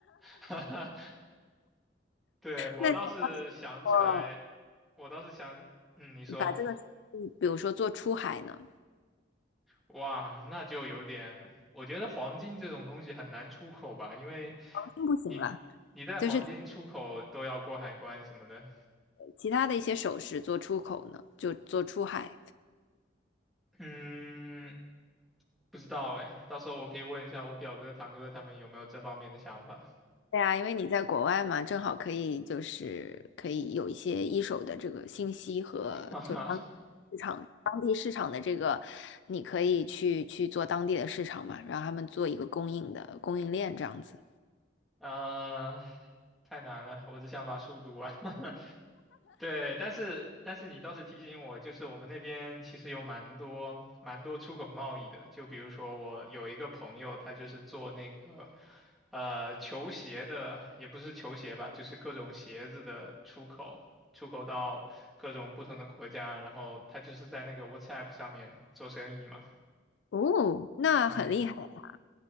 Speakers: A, in the centre; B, on the left.
A: <laughs> 对，我倒是想起来，
B: 那如果
A: 我倒是想，嗯，你说，
B: 把这个，嗯比如说做出海呢，
A: 哇，那就有点，我觉得黄金这种东西很难出口吧，因为
B: 并不行啦。
A: 你你在黄金出口都要过海关什么的，
B: 就是其他的一些首饰做出口呢，就做出海。
A: 嗯，不知道哎，到时候我可以问一下我表哥、堂哥他们有没有这方面的想法。
B: 对啊，因为你在国外嘛，正好可以就是可以有一些一手的这个信息和就是当
A: <laughs> 哈哈。
B: 市场当地市场的这个，你可以去去做当地的市场嘛，让他们做一个供应的供应链这样子。
A: 啊、太难了，我只想把书读完。<laughs> 对，但是但是你倒是提醒我，就是我们那边其实有蛮多蛮多出口贸易的，就比如说我有一个朋友，他就是做那个呃球鞋的，也不是球鞋吧，就是各种鞋子的出口，出口到各种不同的国家，然后他就是在那个 WhatsApp 上面做生意嘛，
B: 哦，那很厉害呀，
A: 嗯，